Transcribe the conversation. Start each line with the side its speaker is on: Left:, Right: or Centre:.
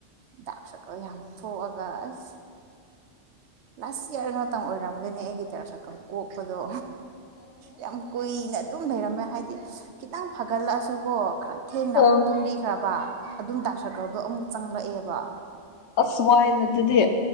Right: ꯗꯥꯛ ꯁꯥꯔꯀꯜ ꯌꯥꯝ ꯊꯣꯛꯑꯒ ꯑꯁ ꯂꯥꯁ ꯏꯌꯔ ꯉꯥꯛꯇꯪ ꯑꯣꯏꯔꯝꯒꯅꯤ ꯑꯩꯒꯤꯗꯤ ꯗꯥꯥꯛ ꯁꯥꯔꯀꯜ ꯀꯣꯛꯄꯗꯣ ꯌꯥꯝ ꯀꯨꯏꯅ ꯑꯗꯨꯝ ꯂꯩꯔꯝꯃꯦ ꯍꯥꯏꯗꯤ ꯈꯤꯇꯪ ꯐꯒꯠꯂꯛꯑꯁꯨꯀꯣ ꯈꯔ ꯊꯦꯡꯅ
Left: ꯑ
Right: ꯑꯃꯨꯛ ꯇꯨꯝꯕꯤ ꯈ꯭ꯔꯕ ꯑꯗꯨꯝ ꯗꯥꯛꯁꯔꯀꯜꯗꯣ ꯑꯃꯨꯛ ꯆꯪꯂꯛꯑꯦꯕ
Left: ꯑꯁ ꯋꯥꯏꯗ ꯑꯗꯨꯗꯤ